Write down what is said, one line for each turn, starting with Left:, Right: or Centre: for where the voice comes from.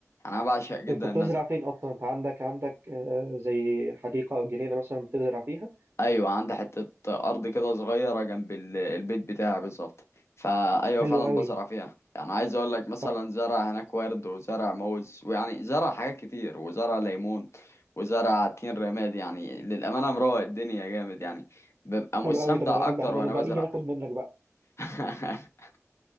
Left: انا بعشق جدا
Right: انت بتزرع
Left: ان ازرع
Right: فين اصلا انت عندك عندك آه، زي حديقه او جنينه مثلا بتزرع فيها
Left: ايوه عندي حته ارض كده صغيره جنب ال- البيت بتاعي بالظبط فايوه
Right: حلو
Left: فعلا
Right: قوي
Left: بزرع فيها يعني عايز اقول لك مثلا
Right: طب
Left: زرع هناك ورد وزرع موز ويعني زرع حاجات كتير وزرع ليمون وزرع تين رماد يعني للامانه مروق الدنيا جامد يعني ببقى مستمتع
Right: حلو قوي طب
Left: اكتر
Right: ده احنا
Left: وانا
Right: نبقى
Left: بزرع
Right: نيجي ناخد منك بقى
Left: <laughs>